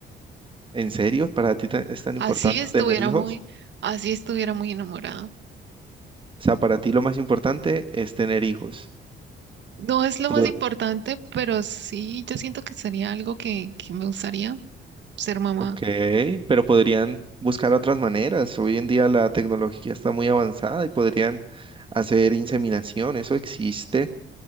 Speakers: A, on the right; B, on the right.
A: ¿En serio? ¿Para ti ta- es tan
B: Así
A: importante
B: estuviera
A: tener hijos?
B: muy, así estuviera muy enamorada.
A: O sea, para ti lo más importante es tener hijos.
B: No es lo
A: Tú
B: más importante, pero sí, yo siento que sería algo que, que me gustaría ser mamá,
A: Ok, pero podrían buscar otras maneras. Hoy en día la tecnología está muy avanzada y podrían hacer inseminación, eso existe.